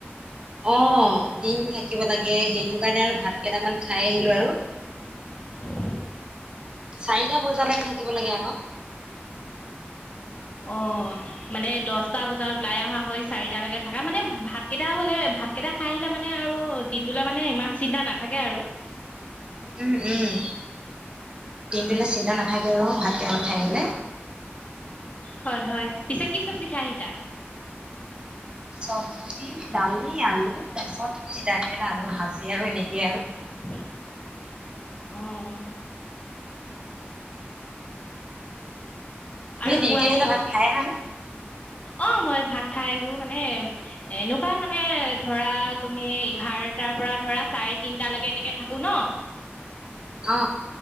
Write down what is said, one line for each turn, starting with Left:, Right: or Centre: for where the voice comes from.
Right: অ', দিনতটো থাকিব লাগে সেইটো কাৰণে আৰু ভাত কেইটামান খাই আহিলো আৰু
Left: উ <inaudible>
Right: চাৰিটা বজালৈকে থাকিব লাগে আকৌ
Left: অ', মানে দহটা বজাত ওলাই অহা হৈ চাৰিটালৈকে থাকা মানে ভাতকেইটা হলে ভাতকেইটা খাই আহিলে মানে আৰু দিনটোলৈা মানে ইমান চিন্তা নাথাকে আৰু
Right: উম, উম দিনটোিললৈ চিন্তা নাথাকে ৰো ভাতকৈ ৰাঠাই আহিলে
Left: হয়, হয় পিছে কি চব্জি খাই আহিলা
Right: চব্জি দালি আলু তাৰ পিছত তিতাকেৰেলা আলু ভাজি আৰু এনেকেই আৰু
Left: <inaudible> উম
Right: তুমি
Left: আৰু
Right: ডিউটি
Left: কোৱা
Right: আহিলে ভাত খাই আহানে
Left: অ', মই ভাত খাই আহো মানে এনেকুৱাই মানে ধৰা তুমি এঘাৰ এঘাৰটাৰ পৰা ধৰা চাৰে তিনটা লৈ এনেকে থাকো ন
Right: অ